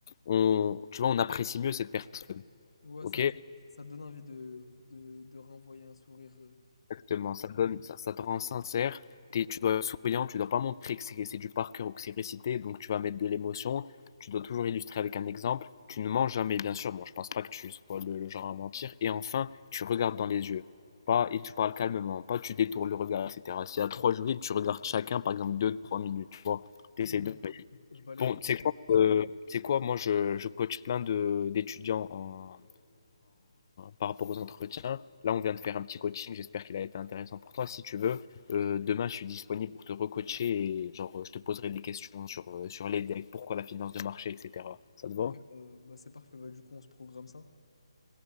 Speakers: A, on the left; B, on the left.
A: on, tu vois, on apprécie mieux cette personne.
B: Ouais,
A: Ok?
B: ça te, ça te donne envie de, de, de renvoyer un sourire. euh.
A: Exactement, ça donne, ça, ça te rend sincère. T'es- tu dois être souriant, tu dois pas montrer que c'est c'est du par cœur ou que c'est récité, donc tu vas mettre de l'émotion. Tu dois toujours illustrer avec un exemple. Tu ne mens jamais, bien sûr. Bon, je pense pas que tu sois le, le genre à mentir. Et enfin, tu regardes dans les yeux. Pas, et tu parles calmement, pas tu détournes le regard, etc. S'il y a trois jurys, tu regardes chacun, par exemple, deux, trois minutes, tu vois. T'essaies
B: Ouais,
A: de.
B: je je balaye
A: Bon,
B: du
A: c'est
B: regard.
A: quoi, euh, c'est quoi? Moi, je, je coach plein de d'étudiants en, par rapport aux entretiens. Là, on vient de faire un petit coaching. J'espère qu'il a été intéressant pour toi. Si tu veux, euh, demain, je suis disponible pour te recoacher et genre, je te poserai des questions sur, euh, sur les decks, pourquoi la finance de marché, etc. Ça te va?
B: Ok, bah, bah, c'est parfait. Bah, du coup, on se programme ça.